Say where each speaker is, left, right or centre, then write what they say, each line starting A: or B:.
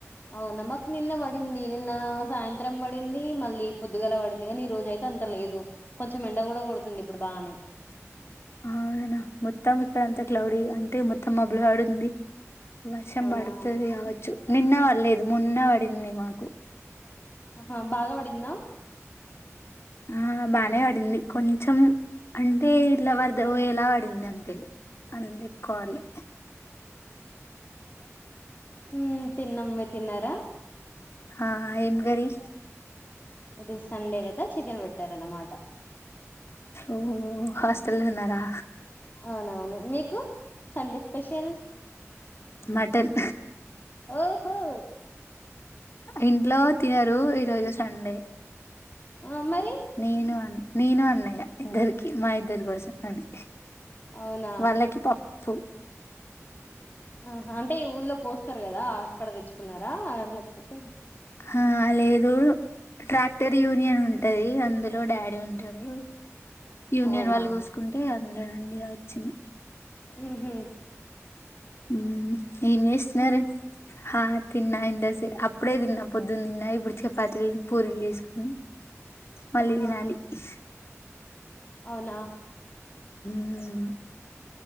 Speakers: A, on the left (about 35°); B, on the left (about 55°).
A: అవునా మాకు నిన్న పడింది నిన్న సాయంత్రం పడింది మళ్ళీ పొద్దుగాల పడింది కా నీ రోజ అయితే అంత లేదు కొంచెం ఎండ కూడా కొడుతుంది ఇప్పుడు బాగానే
B: అనా మొత్తం ఇక్కడ అంతా క్లౌడి అంతే మొత్తం మబ్బులు పడి ఉంది వర్షం
A: అవునా
B: పడుతది కావచ్చు నిన్న పడలేదు మొన్న పడింది మాకు
A: ఆ హా బాగా పడిందా
B: ఆ బానే పడింది కొంచెం అంటే ఇట్లా వర్ధ పోయెలా పడింది అంతే అంత ఎక్కువపడలే
A: హ తిన్నాం మీరు తిన్నరా
B: ఆ ఏం గరి
A: ఇటు సండే కదా చికెన్ పెట్టార అన్నమాట
B: ఓ హాస్టెల్ ఉన్నారా
A: అవునవును మీకు సండే స్పెషల్
B: మటన్
A: ఆఓహో
B: ఇంట్లో తినరు ఈరోజు సండే
A: ఆ మరి
B: నేను అన్ నేను అన్నయ్య ఇద్దరికి మా ఇద్దరి కోసం అని
A: అవునా
B: వాళ్ళకి పప్పు
A: ఆహా అంటే ఊళ్లే కోస్తరు కదా అక్కడ తెచ్చుకున్నారా లేకపోతే
B: ఆ లేదు ట్రాక్టర్ యూనియన్ ఉంటది అందులో డాడీ ఉంటడు యూనియన్
A: అవునా
B: వాళ్ళు కోసుకుంటే అందులో నుండి వచ్చింది
A: ఉ హు
B: ఉ ఏం చేస్తున్నారు ఆ తిన్నాయింద సే అప్పుడే తిన్న పొద్దు తిన్నా ఇప్పుడు చపాతీలని పూరీలు చేసుకుని మళ్ళీ
A: ఆహా
B: తినాలి హు
A: అవునా
B: హమ్ అ